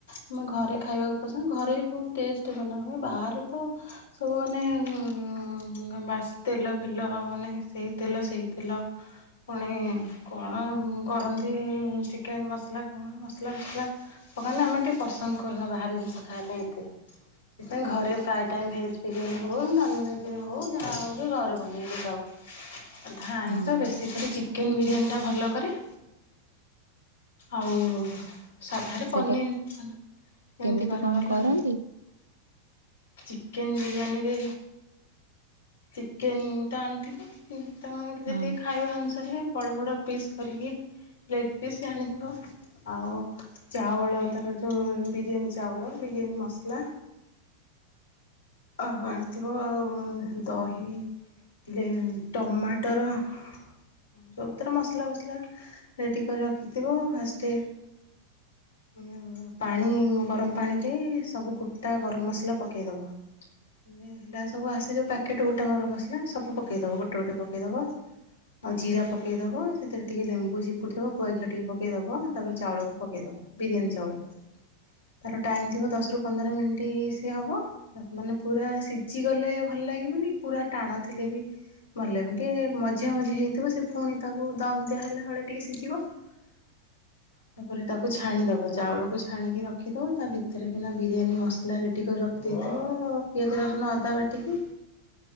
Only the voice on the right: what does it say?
ହଁ
ସେଇଟା
କେମିତି
କଣ
କରନ୍ତି?
ହଁ।